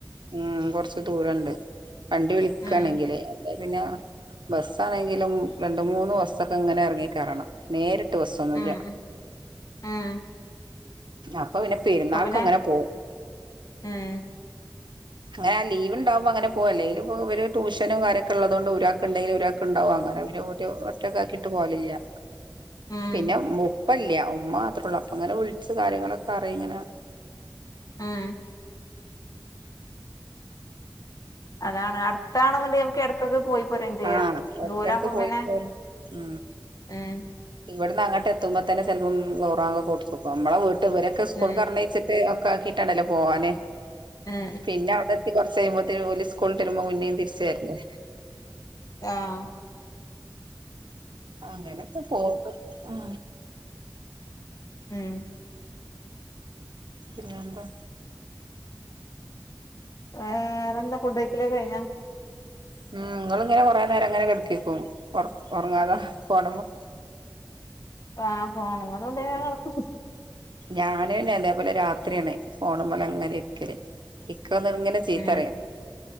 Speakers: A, on the right; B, on the left.
A: ഉം കൊറച്ച ദൂരംണ്ട് വണ്ടി വിളിക്കയാണെങ്കില്
B: ഉം
A: പിന്നെ ബസ്സാണെങ്കിലും രണ്ട് മൂന്ന് ബസ്സൊക്കെ ഇങ്ങനെ എറങ്ങി കയറണം നേരിട്ട് നേരിട്ട് ബസ് ഒന്നുമില്ല
B: ഉം ഉം
A: ഇപ്പോ പിന്നെ പെരുന്നാക്ക്
B: അപ്പൊ പിന്നെ
A: അങ്ങനെ പോകും
B: ഉം
A: അങ്ങനെ ലീവ്ണ്ടാവുമ്പോ അങ്ങനെ പോ അല്ലെക്കിൽ ഇവ ട്യൂഷന കാര്യൊക്കെള്ളുതുണ്ട് ഒരാൾക്ക് ഉണ്ടെങ്കിൽ ഒരാക്ക് ഉണ്ടാവും അ വേറെ പിന്നെ ഒറ്റക്കെ ആക്കിട്ട് പോവലില്ല
B: ഉം
A: പിന്നെ ഇപ്പല്ല ഉമ്മമാത്രേ ഉള്ളൂ അപ്പ ഇങ്ങനെ വിളിച്ചച്ച് കാര്യങ്ങളൊക്കെ അറി ഇങ്ങനെ
B: ആഹ് അതാണ് അടുത്താണെന്നുണ്ടെങ്കിൽ നമുക്ക് ഇടക്കൊക്കെ പോയി പോരേം ചെയ്യാം
A: ആഹ് ഇടക്കടക്ക്
B: ദൂരാവുമ്പോ
A: പോയിട്ട
B: പിന്നെ
A: ഉ
B: ഉം
A: ഇവിടന്ന് അങ്ങട്ടെത്തുമ്പോ തന്നെ ചിലപ്പം ളുഹർ ബാങ്ക് കൊടു നമ്മളെ വീട്ട ഇവരൊക്കെ സ്കൂൾക്ക്
B: ഉം
A: പറഞ്ഞഅയച്ചിട്ട് ക്ക ആക്കിട്ടാണ്ടല്ലോ പോവാനെ
B: ഉം
A: പിന്നെ അവിടെ എത്തി കുറച്ച് കഴിയുമ്പോ പോല സ്കൂളിൽവീട്ട് മുന്നേും തിരിച്ചുവരട്ടെ
B: ആഹ്
A: അങ്ങനെക്കെ പോവന്നു ആ
B: ഉം
A: പിന്നെന്ത
B: വേറെന്താ ഫുഡക്കലേ കഴിഞ്ഞാ
A: ഉം നിങ്ങ ഇങ്ങനെ കൊറെേ നേരം അങ്ങനെ കെടക്കേക്കും ഉറങ്ങാതെ ഫോൺമേ
B: ആ ഫോൺമേതോണ്ടി നടക്കും
A: ഞാന് അതേപോലെ രാത്രിയാണ് ഫോണ് മേൽ അങ്ങനെ ഇരിക്കല് ഇക്ക വന്ന് ഇങ്ങനെ ചീത്ത
B: ഉം
A: പറയും